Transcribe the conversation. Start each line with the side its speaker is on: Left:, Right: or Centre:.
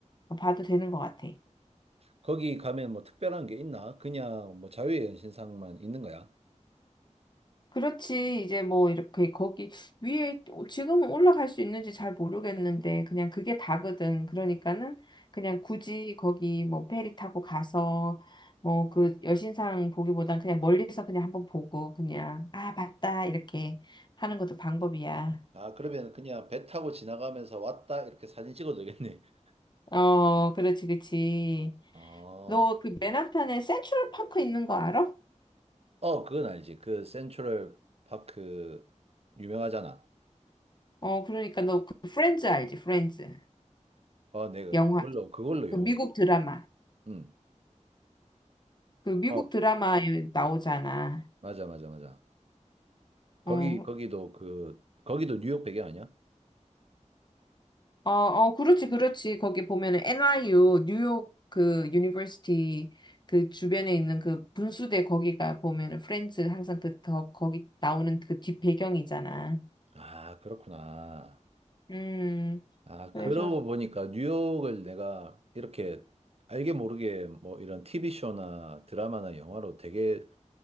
Left: 뭐 봐도 되는 것 같아.
Right: 거기 가면 뭐 특별한 게 있나? 그냥 뭐 자유의 연신상만 있는 거야.
Left: 그렇지. 이제 뭐 이렇게 거기 위에 지금은 올라갈 수 있는지 잘 모르겠는데 그냥 그게 다거든. 그러니까는 그냥 굳이 거기 뭐 페리 타고 가서 뭐 그 여신상 보기보단 그냥 멀리서 그냥 한번 보고 그냥 아, 봤다 이렇게 하는 것도 방법이야.
Right: 아, 그러면 그냥 배 타고 지나가면서 왔다 이렇게 사진 찍어도 되겠네. <laughs>
Left: 어, 그렇지, 그렇지.
Right: 어,
Left: 너 그 맨하탄에 센트럴 파크 있는 거 알아?
Right: 어, 그건 알지. 그 센트럴 파크 유명하잖아.
Left: 어, 그러니까 너 그 프렌즈 알지? 프렌즈.
Right: 어, 내가
Left: 영화.
Right: 그걸로, 그걸로
Left: 그
Right: 영어.
Left: 미국 드라마.
Right: 응.
Left: 그 미국
Right: 어,
Left: 드라마에 나오잖아.
Right: 맞아, 맞아, 맞아. 거기,
Left: 어,
Right: 거기도 그, 거기도 뉴욕 배경 아니야?
Left: 어, 어, 그렇지, 그렇지. 거기 보면은 NYU, 뉴욕 그 유니버시티 그 주변에 있는 그 분수대 거기가 보면은 프렌즈 항상 그 더, 거기 나오는 그 뒷배경이잖아.
Right: 아, 그렇구나.
Left: 음.
Right: 아,
Left: 그래서
Right: 그러고 보니까 뉴욕을 내가 이렇게 알게 모르게 뭐 이런 TV쇼나 드라마나 영화로 되게